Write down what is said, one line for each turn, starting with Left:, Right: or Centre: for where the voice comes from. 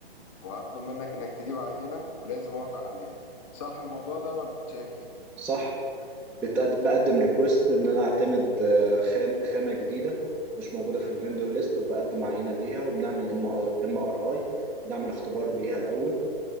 Left: وهطلب منك انك تجيب عينه ولازم اوافق عليها صح الموضوع ده ولا انت شايف
Centre: صح بتقد- بقدم ريكوست ان انا اعتمد آه، خام خامه جديده مش موجوده في الفندور ليست وبقدم عينه بيها وبنعمل ام ار اي بنعمل اختبار بيها الاول